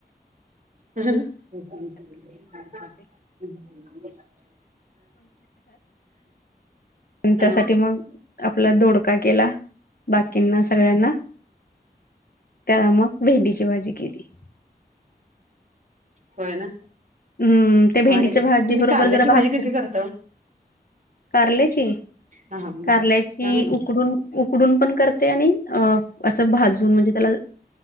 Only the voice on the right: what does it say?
ह मी हम हा
होय ना
आणि
तुम्ही
कारल्याची
भाजी
कशी करता ओ?
हा हा
हा